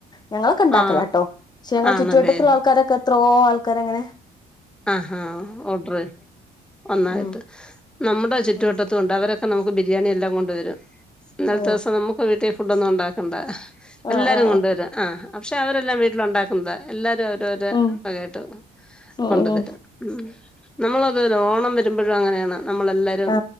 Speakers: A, on the left; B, in the centre.
A: ഞങ്ങളൊക്കെ ഉണ്ടാക്കല
B: ആ
A: കേട്ടോ പക്ഷെ ഞങ്ങളൊക്കെ ണ്ടാക്കലാട്ടോ ക്ഷെ ഞങ്ങളെ
B: ആണല്ലേ
A: ചുറ്റുവട്ടത്ത്ള്ള ആൾക്കാരൊക്കെ എത്രോ ആൾക്കാര് അങ്ങനെ
B: ആഹ് ഹാ ഓടറ് ഒന്നായിട്ട്
A: ഉം
B: നമ്മുടെ ചുറ്റുവട്ടത്തുണ്ട്
A: ഉം
B: അവരൊക്കെ നമുക്ക് ബിരിയാണി എല്ലാം കൊണ്ട് വരും ഇന്നലത്തെ
A: ഓ
B: ദിവസം നമുക്ക് ഇപ്പം വീട്ടിൽ ഫുഡ് ഒന്നും ഉണ്ടാക്കണ്ട
A: ആ
B: എല്ലാരും
A: ആ
B: കൊണ്ടുവരും ആ പക്ഷെ അവരെല്ലാം വീട്ടിലണ്ടാക്ക ന്താ എല്ലാരും അവരവരുടെ
A: ഉം
B: വകായിട്ട്
A: ഉം
B: കൊണ്ടു
A: ഉം
B: തരും നമ്മളത് ഓണം വരുമ്പോഴും അങ്ങനെയാണ് നമ്മളെല്ലാരും
A: ആ